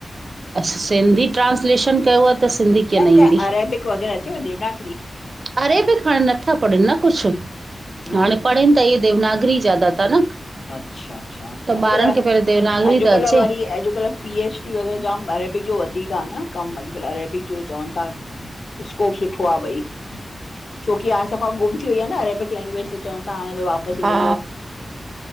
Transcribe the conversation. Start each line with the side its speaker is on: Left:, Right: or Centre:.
Right: असां सिंधी ट्रांस्लेशन कयो आ त सिंधी कीअं न
Left: त
Right: ईंदी,
Left: अरेबिक वग़ैरह अचेव देवनागरी
Right: अरेबिक हाणे नथा पढ़न न कुछ।
Left: हा
Right: हाणे पढ़नि त इहा देवनागरी ज्यादा ता न।
Left: अच्छा अच्छा,
Right: त
Left: अॼुकल्ह
Right: ॿारनि खे पहिरियों देवनागरी
Left: अॼुकल्ह
Right: त अचे
Left: वरी अॼुकल्ह पी एच डी जाम अरेबिक जो वधीक आ न कम अॼुकल्ह अरेबिक जो चवनि ता। स्कोप सुठो आ भाई। छोकी हाणे सफ़ा गुम थी वई आ न अरेबिक लेंंग्वेज त चवनि था हाणे भाई वापसि
Right: हा
Left: इन जो <inaudible>